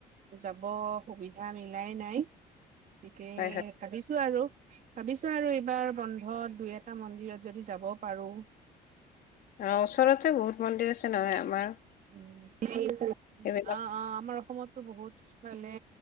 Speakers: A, on the right; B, on the left.
A: যাব সুবিধা মিলাই নাই, গতিকে
B: হয় হয়।
A: ভাবিছো আৰু, ভাবিছো আৰু এইবাৰ বন্ধত দুই এটা মন্দিৰত যদি যাব পাৰো।
B: অ ওচৰতে বহুত মন্দিৰ আছে নহয় আমাৰ।
A: উ <unintelligible>
B: সেইবিলাক
A: অ অ আমাৰ অসমত বহুত ফালে